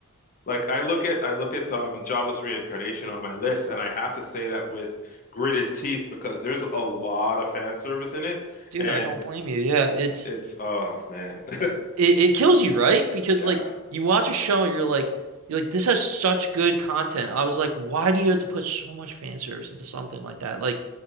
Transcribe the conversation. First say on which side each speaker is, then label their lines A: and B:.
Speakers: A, on the left (about 40°); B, on the right (about 85°).
A: Like I look at I look at um, jobless reincarnation on my list, and I have to say that with gritted teeth because there's a lot of fan service in it,
B: Dude,
A: and
B: I don't blame you. Yeah,
A: it's,
B: it's
A: it's oh man, <laughs>
B: it, it kills you, right? Because
A: yeah,
B: like you watch a show, you're like you're like this has such good content. I was like, why do you have to put so much fan service into something like that? Like